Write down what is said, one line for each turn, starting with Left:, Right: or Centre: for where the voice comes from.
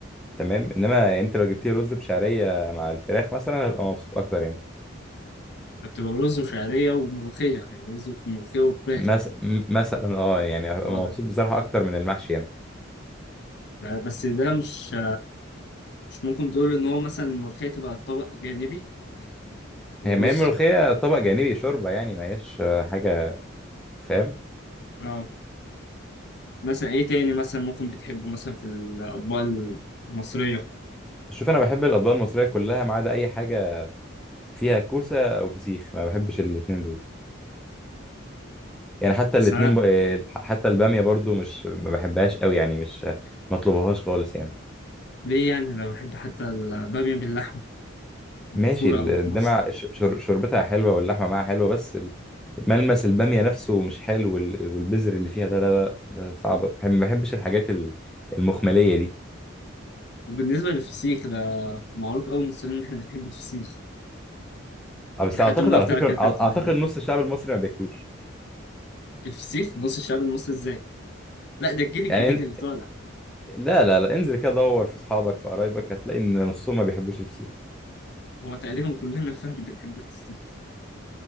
Centre: تمام انما انت لو جبت لي رز بشعريه مع الفراخ مثلا هبقى مبسوط اكتر يعني
Left: بتبقى رز وشعريه وملوخيه يعني رز وملوخيه وفراخ
Centre: مثلا مثلا اه يعني هبقى
Left: اه
Centre: مبسوط بصراحه اكتر من المحشي يعني
Left: بس ده مش مش ممكن تقول ان هو مثلا الملوخية تبقى طبق جانبي يعني ورز
Centre: هي ما هي الملوخية طبق جانبي شوربة يعني ما هياش آه، حاجة فاهم
Left: اه مثلا ايه تاني مثلا ممكن بتحبه مثلا في الاطباق المصرية
Centre: شوف أنا بحب الأطباق المصرية كلها ما عدا أي حاجة فيها كوسة أو فسيخ ما بحبش الاتنين دول يعني حتى
Left: بس
Centre: الاتنين
Left: انا
Centre: ب... آه، حتى البامية برضو مش ما بحبهاش قوي يعني مش آه، ما اطلبهاش خالص يعني
Left: ليه يعني انا بحب حتى البامية باللحمة مشهورة
Centre: ماشي الدمع
Left: أوي في مصر
Centre: شربتها حلوة واللحمة معاها حلوة بس ال- ملمس البامية نفسه مش حلو وال- والبذر اللي فيها ده لا لا ده صعب بحب- ما بحبش الحاجات ال- المخملية دي
Left: وبالنسبة للفسيخ ده معروف أوي المصريين إن إحنا بنحب الفسيخ
Centre: آه، بس
Left: ده حتى
Centre: أعتقد
Left: من أكتر
Centre: على فكرة
Left: الأكلات
Centre: أع-
Left: اللي بنحبها
Centre: أعتقد نص الشعب المصري ما بياكلوش
Left: الفسيخ نص الشعب المصري إزاي؟ لا ده الجيل الجديد
Centre: يعني
Left: اللي طالع
Centre: لا لا لا انزل كده دور في اصحابك في قرايبك هتلاقي ان نصهم ما بيحبوش الفسيخ
Left: هو تقريبا كلنا فاهم بنحب الفسيخ